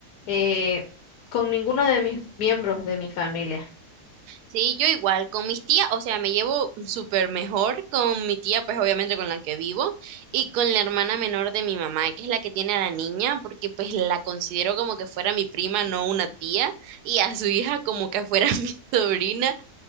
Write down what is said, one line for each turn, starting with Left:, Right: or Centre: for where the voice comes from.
Left: eh, con ninguno de mis miembros de mi familia.
Right: Sí, yo igual, con mis tías, o sea, me llevo súper mejor con mi tía, pues obviamente con la que vivo, y con la hermana menor de mi mamá, que es la que tiene a la niña, porque pues la considero como que fuera mi prima, no una tía, y a su hija como que fuera <laughs> mi sobrina,